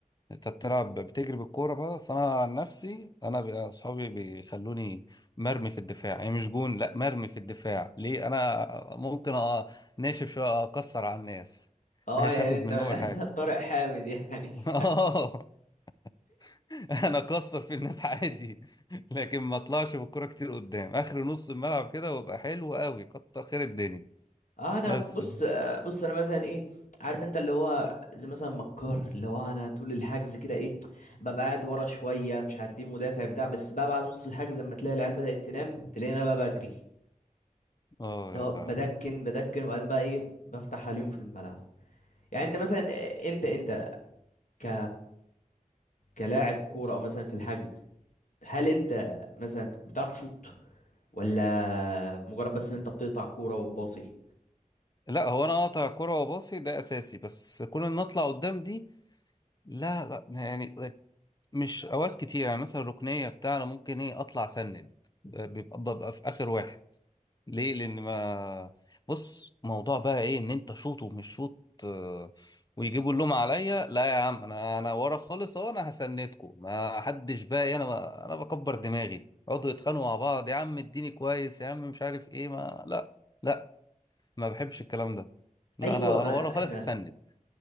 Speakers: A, on the left (about 30°); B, on the left (about 70°).
A: أنت بتلعب بتجري بالكورة بقى أصل أنا عن نفسي أنا بي- أصحابي بيخلوني مرمي في الدفاع يعني مش جون لا مرمي في الدفاع ليه أنا ممكن أ- ناشف شوية أكسر على الناس
B: أه
A: مش
B: يعني
A: هاخد
B: أنت
A: منهم الحاجة
B: <laughs> طارق حامد يعني
A: <laughs> <laughs> انا اكسر في الناس عادي لكن ما اطلعش بالكرة كتير قدام اخر نص الملعب كده وابقى حلو قوي كتر خير الدنيا
B: آه أنا
A: بس
B: بص بص أنا مثلا إيه عارف أنت اللي هو زي مثلا مكار اللي هو أنا طول الحجز كده إيه ببقى قاعد ورا شوية مش عارف إيه مدافع بتاع بس بقى بعد نص الحجز لما تلاقي العيال بدأت تنام تلاقيني أنا بقى بجري
A: اه
B: اللي
A: يا
B: هو
A: لهوي
B: بدكن بدكن وبعدين بقى ايه بفتح عليهم في الملعب يعني انت مثلا انت انت ك كلاعب كورة او مثلا في الحجز هل انت مثلا بتعرف تشوط ولا مجرد بس ان انت بتقطع كورة وتباصي
A: لا هو انا اقطع كرة وباصي ده اساسي بس كون ان اطلع قدام دي لا لا يعني مش اوقات كتير يعني مثلا الركنيه بتاع انا ممكن ايه اطلع سند بيبقى ببقى في اخر واحد ليه لان ما بص موضوع بقى ايه ان انت شوط ومش شوط آه، ويجيبوا اللوم عليا لا يا عم انا انا ورا خالص اهو انا هسندكم ما حدش بقى إيه، انا انا بكبر دماغي يقعدوا يتخانقوا مع بعض يا عم اديني كويس يا عم مش عارف ايه ما لا لا ما بحبش الكلام ده لا
B: ايوه
A: انا ورا
B: ما
A: ورا
B: احنا
A: خالص اسند